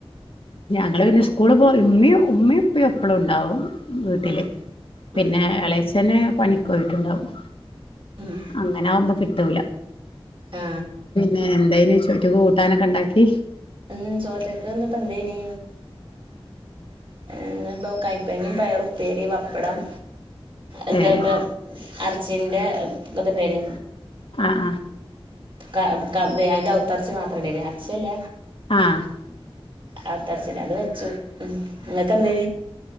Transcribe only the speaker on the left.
ഞങ്ങള് പിന്നെ സ്കൂള് പോയി ഉമ്മി ഉമ്മയും ഉപ്പയും എപ്പളും ഉണ്ടാവും വീട്ടില്
പിന്നെ
ഇളേച്ചനും പണിക്ക് പോയിട്ടുണ്ടാവും
അങ്ങനെ ആകുമ്പം കിട്ടൂല
പിന്നെ എന്തായന് ചോറ്റു കൂട്ടാനൊക്കെ ഉണ്ടാക്കി
ഏഹ്
ആ ആ
ആഹ്